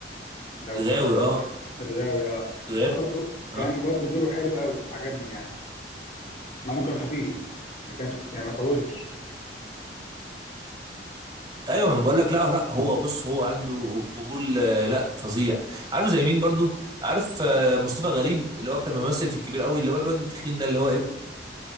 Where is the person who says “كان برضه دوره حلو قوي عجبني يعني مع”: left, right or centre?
Left